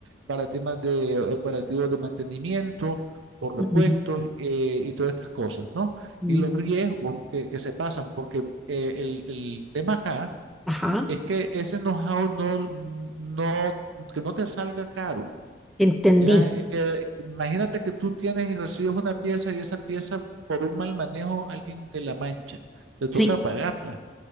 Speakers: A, on the right; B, in the centre.
A: para temas de operativos de mantenimiento o repuestos
B: mm,
A: eh, y todas estas cosas, ¿no?
B: mm,
A: Y los riesgos que, que se pasan, porque eh, el, el tema acá
B: Ajá,
A: es que ese know-how no, no, que no te salga caro,
B: entendí.
A: ¿ya? Es Que, imagínate que tú tienes y recibes una pieza y esa pieza por un mal manejo alguien te la mancha, te
B: Sí,
A: toca pagarla.